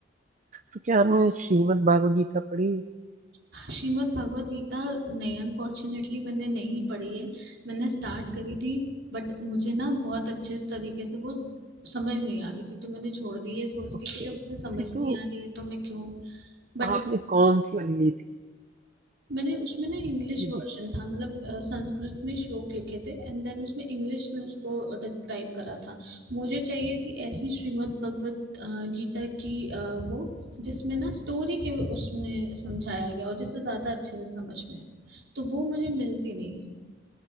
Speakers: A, on the right; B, on the right.
A: तो क्या आपने श्रीमद् भागवत गीता पढ़ी
B: हूँ। श्रीमद् भगवत गीता नहीं अनफॉर्चुनेटली मैंने नहीं पढ़ी है मैंने स्टार्ट करी थी बट मुझे ना बहुत अच्छे तरीके से वो समझ नहीं आ रही थी तो मैंने छोड़ दी ये सोच
A: ओके,
B: के कि जब मुझे समझ
A: फिर तो
B: नहीं आ रही है तो मैं क्यों बट
A: आपने कौन सी वाली ली थी
B: मैंने उसमें ना इंग्लिश
A: ये-
B: वर्जन था मतलब अ, संस्कृत में श्लोक लिखे थे एंड देन उसमें इंग्लिश में उसको डिस्क्राइब करा था मुझे चाहिए थी ऐसी श्रीमद् भगवत अ, गीता की अ, वो जिसमें ना स्टोरी के उसमें समझाया गया और जिससे ज्यादा अच्छे से समझ में आए तो वो मुझे मिलती नहीं है